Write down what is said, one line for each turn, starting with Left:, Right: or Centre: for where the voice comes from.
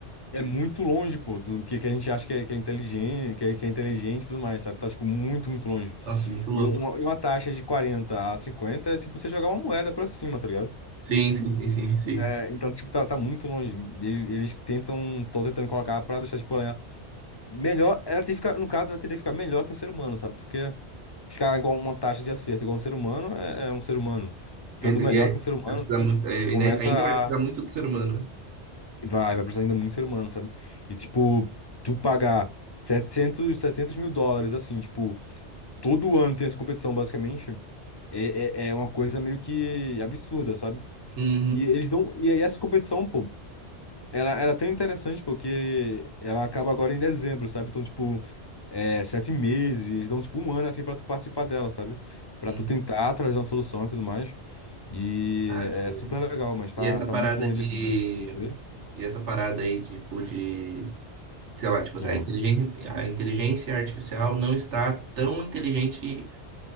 Left: é muito longe, pô, do que, que a gente acha que é, que é inteligente, que é, que é inteligente e tudo mais, sabe? Tá, tipo, muito, muito longe.
Right: Nossa, muito louco.
Left: E um- uma, e uma taxa de 40 a 50 é tipo você jogar uma moeda pra cima, tá ligado?
Right: Sim, sim, sim, sim, sim.
Left: É, então, tipo, tá, tá muito longe. E ele- Eles tentam, estão tentando colocar pra deixar, tipo, ela é melhor. Ela tem que ficar, no caso, ela teria que ficar melhor que um ser humano, sabe? Porque ficar igual uma taxa de acerto igual um ser humano é, é um ser humano. Estando
Right: Quer dizer,
Left: melhor
Right: É,
Left: que um ser humano,
Right: vai precisar
Left: e
Right: muito, é, ainda,
Left: começa
Right: ainda vai precisar muito do ser humano.
Left: Vai, vai precisar ainda muito ser humano, sabe? E, tipo, tu pagar setecentos setecentos mil dólares, assim, tipo, todo ano tem essa competição, basicamente, é, é, é uma coisa meio que absurda, sabe?
Right: Uhum.
Left: E eles dão. E aí essa competição, pô, ela, ela é até interessante, porque ela acaba agora em dezembro, sabe? Então, tipo, é, sete meses, eles dão, tipo, um ano, assim, pra tu participar dela, sabe? Pra
Right: Uhum.
Left: tu tentar trazer uma solução e tudo mais. E
Right: Caramba,
Left: é super
Right: velho.
Left: legal, mas tá,
Right: E essa
Left: tá
Right: parada
Left: muito longe,
Right: de.
Left: assim, da. Oi?
Right: E essa parada aí, tipo, de. Sei lá, tipo assim,
Left: Ah,
Right: a inteligência, a inteligência artificial não está tão inteligente